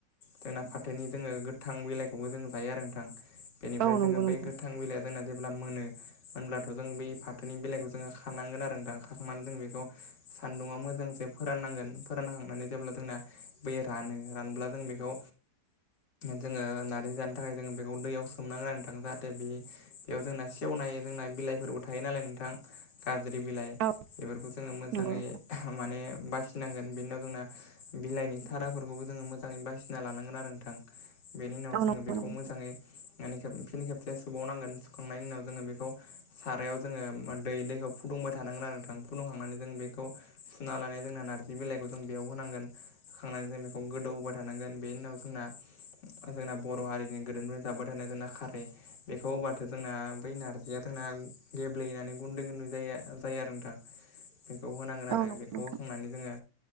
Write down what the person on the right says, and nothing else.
औ नंगौ
नंगौ
औ
नंगौ नोंथां
औ
नंगौ
नंगौ
औ
नंगौ
नोंथां